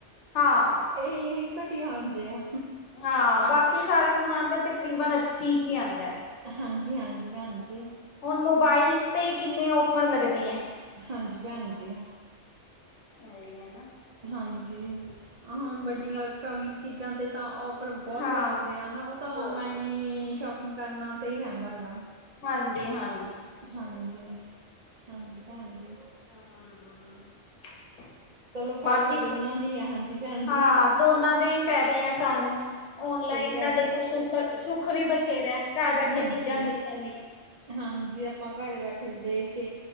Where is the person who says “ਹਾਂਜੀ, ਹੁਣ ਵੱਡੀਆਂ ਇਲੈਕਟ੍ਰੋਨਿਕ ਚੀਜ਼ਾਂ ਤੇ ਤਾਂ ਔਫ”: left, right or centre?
Right